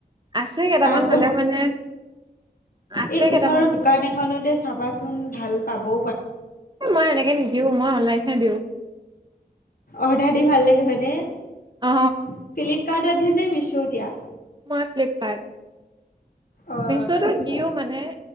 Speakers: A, on the right (about 25°); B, on the left (about 60°).
A: আছে কেইটামান
B: তাপ
A: হ'লেও মানে। আছে
B: এই
A: কেইটামান
B: ওচৰৰ দোকান এখনতে চাবাচোন ভাল পাব
A: মই এনেকে নিদিও মই অনলাইনহে দিওঁ।
B: অৰ্ডাৰ দি ভাল লাগে হয়নে
A: অ
B: ফ্লিপকাৰ্তে- শি' দিয়া
A: মই ফ্প
B: অ
A: ম
B: ঠিকে
A: মানে-